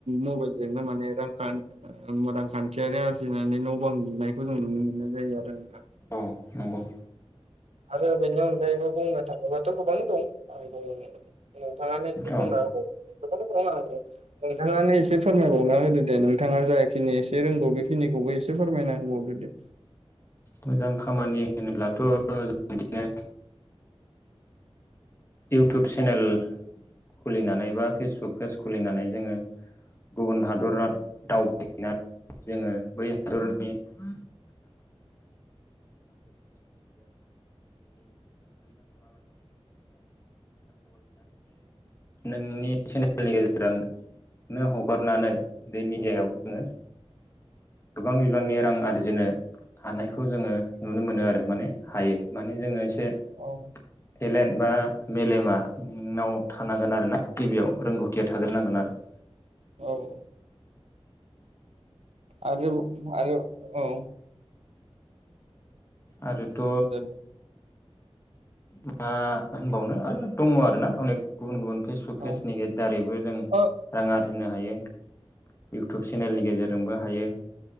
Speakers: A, on the right; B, on the left.
A: मबाइलजोंनो माने रां। रांखान्थियारि आरजिनानै न' बां लुनायखौ जों नुनो मोननाय जायो आरो नोंथां।
B: औ नंगौ।
A: आरो बेनि अनगायैबो बुंनो थाङोबाथ' गोबां दं आं बुं। नोंथाङानो एसे
B: औ
A: बुंना होबावदो बेखौनो बुं आं नोंथाङानो एसे फोरमायबावना होदो। दे नोंथाङा जाखिनि एसे रोंगौ बेखिनिखौबो एसे फोरमायना होबावदो दे।
B: मोजां खामानि होनोब्लाथ' बिदिनो। इउटुब सेनेल खुलिनानै बा फेसबुक पेज खुलिनानै जोङो। गुबुन हादरा दावबायहैनानै जोङो बै हादरनि। <unintelligible> <unintelligible> नोंनि चेनेलनि गेजेरजों। नों हगारनानै बे मेडियायाव जोङो। गोबां बिबांनि रां आरजिनो। हानायखौ जोङो नुनो मोनो आरो माने हायो माने जोङो एसे।
A: औ।
B: टेलेन्ट बा मेलेमा नोंनाव थानांगोन आरोना गिबियाव रोंगौथिया थाग्रनांगोन आरो <inaudible>
A: औ औ। आरो आरो औ।
B: आरोथ'
A: दे दे
B: मा होनबावनो आरो दङ आरोना अनेख गुबुन-गुबुन फेसबुक पेजनि
A: औ
B: दारैबो जों
A: ओ
B: रां आरजिनो हायो, इउटुब चेनेलनि गेजेरजोंबो हायो।